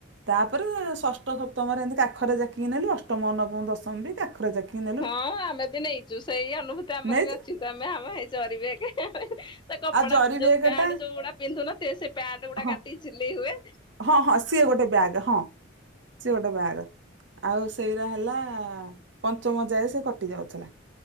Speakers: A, on the right; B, on the left.
A: ତାପରେ ଷଷ୍ଠ ସପ୍ତମରେ ଏମିତି କାଖରେ ଜାକିକି ନେୁ ଅଷ୍ଟମ ନବମ ଦଶମ ବି ଆଖ କି
B: ହଁ ଆମେ ବି ନେଇଛୁ ସେଇ ଅନୁଭୂତି ଆମର
A: ନେଇଛୁ
B: ବି ଅଛି ତ ଆମେ ଆମ ହୋଇ ଚରିବେ ଆେ ସେ କପଡା
A: ଆଉ ଜରି
B: ଯୋଉ
A: ବେଗ
B: ପ୍ୟାଣ୍ଟ
A: ଟା
B: ଯୋଉ ଗୁଡା ପିନ୍ଧୁନ ସେ ସେ ପ୍ୟାଣ୍ଟ ଗୁଡା
A: ହଁ
B: କାଟିକି ସିଲେଇ ହୁଏ
A: ହଁ ହଁ ସିଏ ଗୋଟେ ବ୍ୟାଗ ହଁ ସିଏ ଗୋଟେ ବ୍ୟାଗ ଆଉ ସେଇରାା ହେଲା ପଞ୍ଚମ ଯାଏ ସେ କଟି ଯାଉଥିଲା